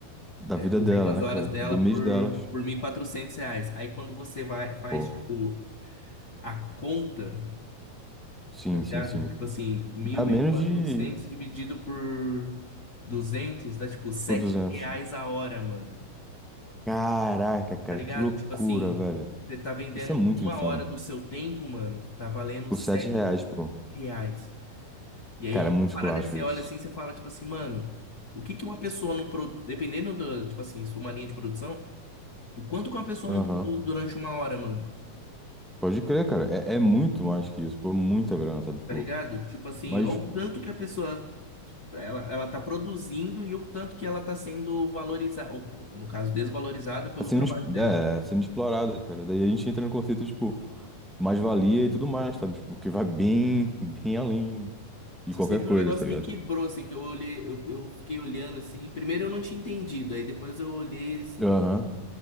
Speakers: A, in the centre; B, on the left.
A: da vida
B: 200
A: dela, né,
B: horas
A: cara?
B: dela
A: Do mês
B: por,
A: delas.
B: por 1.400 reais. Aí quando você vai, faz,
A: Pô,
B: tipo, a conta,
A: sim,
B: tá ligado?
A: sim, sim.
B: Tipo assim, mil
A: Dá menos
B: e quatrocentos
A: de,
B: dividido por 200 dá, tipo, 7
A: por duzentos
B: reais a hora, mano.
A: Caraca, cara,
B: Tá ligado?
A: que loucura,
B: Tipo assim,
A: velho.
B: você tá vendendo
A: Isso é muito
B: uma
A: insano.
B: hora do seu tempo, mano, tá valendo
A: Por
B: sete
A: 7 reais, pô.
B: reais. E aí
A: Cara,
B: é uma
A: é muito esculacho
B: parada que você
A: isso.
B: olha assim, você fala, tipo assim, mano, o que que uma pessoa não produz, dependendo do, tipo assim, se for uma linha de produção, o quanto que uma pessoa
A: Aham.
B: não produz durante uma hora, mano,
A: Pode crer, cara. É, é muito mais que isso, pô. Muita grana, sabe, pô.
B: tá ligado? Tipo assim,
A: Mas
B: ó o tanto que a pessoa, ela, ela tá produzindo e o tanto que ela tá sendo valorizada, ou, no caso, desvalorizada pelo
A: tá sendo,
B: trabalho
A: es-
B: dela.
A: é, sendo explorada, cara. Daí a gente entra no conceito, tipo, mais-valia e tudo mais, sabe? Tipo, que vai bem, <laughs> bem além de
B: Só
A: qualquer
B: sei que
A: coisa,
B: o negócio
A: tá ligado?
B: me quebrou, assim, que eu olhei, eu, eu fiquei olhando assim, primeiro eu não tinha entendido, aí depois eu olhei assim.
A: Aham.